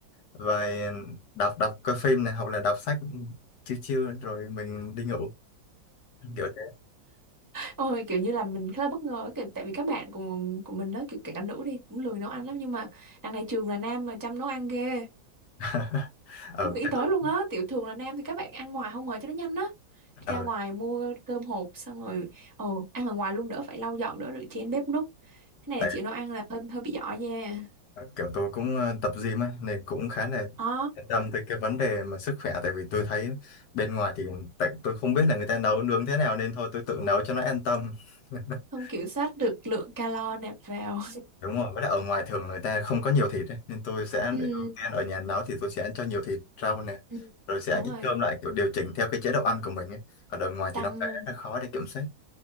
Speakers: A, on the left; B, on the right.
A: vài đọc đọc coi phim này hoặc là đọc sách chiêu chiêu rồi mình đi ngủ kiểu thế
B: Ôi kiểu như là mình khá là bất ngờ kiểu, tại vì các bạn của của mình đó kiểu kể cả nữ đi cũng lười nấu ăn lắm nhưng mà đằng này trường là nam mà chăm nấu ăn ghê
A: <laughs> ừ,
B: không nghĩ
A: chắc
B: tới
A: cũng
B: luôn á tiểu thường là nam thì các bạn ăn ngoài không ngờ cho nó nhanh á ra
A: ừ,
B: ngoài mua cơm hộp xong rồi ồ ăn ở ngoài luôn đỡ phải lau dọn đỡ rửa chén bếp núc cái này
A: tại
B: là chịu nấu ăn là hơi hơi bị giỏi nha
A: kiểu tôi cũng ờ, tập gym ấy nên cũng khá là
B: ồ
A: yên tâm tới cái vấn đề mà sức khỏe tại vì tôi thấy bên ngoài thì tại tôi không biết là người ta nấu nướng thế nào nên thôi tôi tự nấu cho nó an tâm <laughs>
B: không kiểm soát được lượng calo nạp vào
A: đúng rồi với lại ở ngoài thường người ta không có nhiều thịt ấy. nên tôi sẽ
B: <laughs> ừ,
A: ưu tiên ở nhà nấu thì tôi sẽ cho nhiều thịt rau nè
B: ừ,
A: rồi sẽ
B: đúng rồi
A: ít cơm lại kiểu điều chỉnh theo cái chế độ ăn của mình ấy. còn ở ngoài
B: tăng
A: thì nó khá là khó để kiểm soát